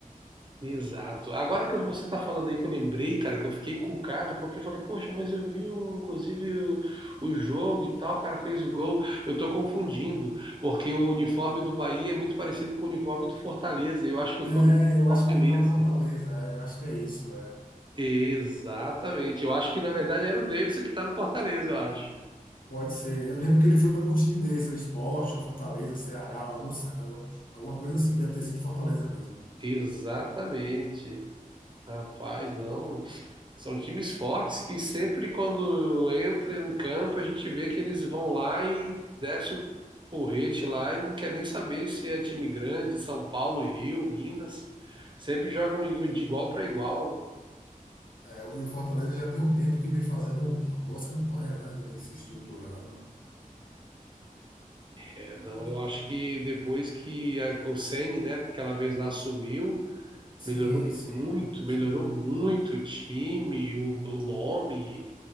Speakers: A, on the right (about 35°); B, on the left (about 75°).
A: Exato. Agora que você está falando aí que eu lembrei, cara, que eu fiquei encucado, porque eu falei, poxa, mas eu vi um, inclusive o, o jogo e tal, o cara fez o gol. Eu tô confundindo, porque o uniforme do Bahia é muito parecido com o uniforme do Fortaleza. e Eu acho que
B: É,
A: foi o jogo do
B: eu
A: Fortaleza.
B: acho que ele tá na Fortaleza, é, eu acho que é isso, é.
A: Exatamente. Eu acho que na verdade era o Davidson que tá no Fortaleza, eu acho.
B: Pode ser. Eu lembro que ele foi para um time desse, é o Sport, é o Fortaleza, o Ceará, algum, alguma coisa assim, deve ter sido Fortaleza mesmo.
A: Exatamente. Rapaz, não. São times fortes que sempre quando entra em campo a gente vê que eles vão lá e desce o porrete lá e não quer nem saber se é time grande, São Paulo, Rio, Minas. Sempre jogam de igual para igual, né?
B: É, e o Fortaleza já tem um tempo que vem fazendo boas campanhas, né? Vem se estruturando.
A: É,
B: É,
A: não, eu acho que depois que a- o Ceni, né, aquela vez lá sumiu,
B: sim,
A: melhorou
B: sim,
A: muito,
B: sim.
A: melhorou muito o time, o, o nome,